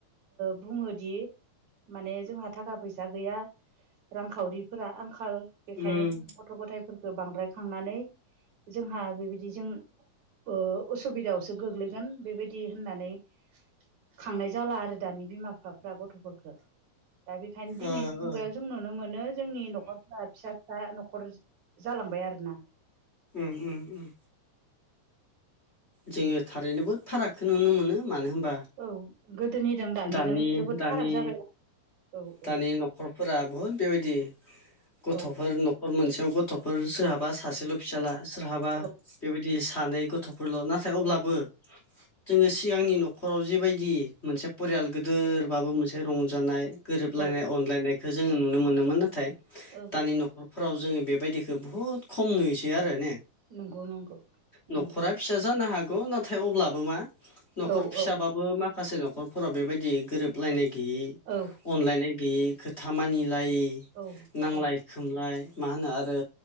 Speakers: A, on the right; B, on the left.
A: बुङोदि माने जोंहा थाखा फैसा गैया रांखावरि फोरा आंखाल बेखायनो
B: उम
A: जों गथ' गथायफोरखौ बांद्राय खांनानै जोंहा बेबायदि जों ओ उसुबिदायाव सो गोग्लैगोन बेबायदि होननानै खांनाय जाला आरो दानि बिमा बिफाफ्रा गथ'फोरखो। दा बेखायनो दिनैनि
B: ओ ओ
A: मुगायाव जों नुनो मोनो जोंनि न'खरफोरा फिसा फिसा न'खर जालांबाय आरोना।
B: उम उम उम। जोङो थारैनो बुहुद फारागखौ नुनो मोनो मानो होनबा
A: औ गोदोनिजों दानिजों
B: दानि
A: जोबोद
B: दानि
A: फाराग जाबाय औ
B: दानि
A: औ
B: न'खरफोरा बहुद बेबायदि गथ'फोर
A: औ
B: न'खर मोनसेयाव गथ'फोर सोरहाबा सासेल' फिसाला सोरहाबा
A: औ
B: बेबायदि सानै गथ' फोरल' नाथाय अब्लाबो
A: औ
B: जोङो सिगांनि न'खराव जेबायदि मोनसे परियाल गोदोरबाबो मोनसे रंजानाय गोरोबलायनाय
A: औ
B: अनलायनायखौ जोङो नुनो मोनोमोन नाथाय
A: ओं
B: दानि न'खरफोराव जोङो बेबायदिखौ बुहुत खम नुयोसै आरो ने?
A: नंगौ नंगौ
B: न'खरा
A: ओम।
B: फिसा जानो हागौ नाथाय अब्लाबो मा न'खर
A: औ
B: फिसाबा
A: औ
B: बो माखासे न'खरफोराव बेबायदि गोरोबलायनाय गैयि
A: औ
B: अनलायनाय गैयै खोथा मानिलायै
A: औ
B: नांलाय
A: औ
B: सोमलाय मा होनो आरो